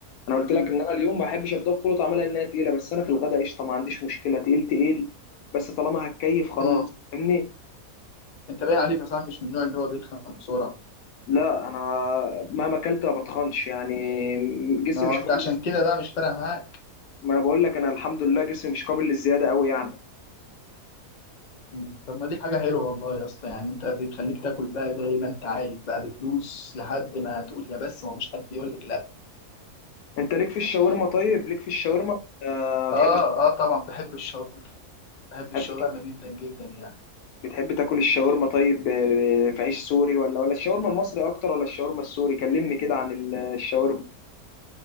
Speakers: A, on the left; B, on the left.
A: انا قلت
B: مم.
A: لك ان انا اليوم ما بحبش ابدا فول طعمها انها تقيلة بس انا في الغداء قشطة ما عنديش مشكلة تقيل تقيل بس طالما هتكيف خلاص
B: مم.
A: فاهمني
B: انت باين عليك يا صاحبي مش من النوع اللي هو بيتخن بسرعه
A: لا انا مهما اكلت ما بتخنش يعني جسمي
B: ما هو
A: مش
B: انت
A: قابل
B: عشان كده بقى مش فارق معاك
A: ما انا بقول لك انا الحمد لله جسمي مش قابل للزيادة قوي يعني
B: مم. طب ما دي حاجة حلوة والله يا اسطى يعني انت بتخليك تاكل بقى زي ما انت عايز بقى بتدوس لحد ما تقول يا بس ما فيش حد يقول لك لا
A: انت ليك في الشاورما طيب ليك في الشاورما آه،
B: اه
A: ما
B: اه طبعا بحب الشاورما بحب
A: بتحبش
B: الشاورما جدا جدا يعني
A: بتحب تاكل الشاورما طيب آه، في عيش سوري ولا ولا الشاورما المصري اكتر ولا الشاورما السوري كلمني كده عن ال- الشاورما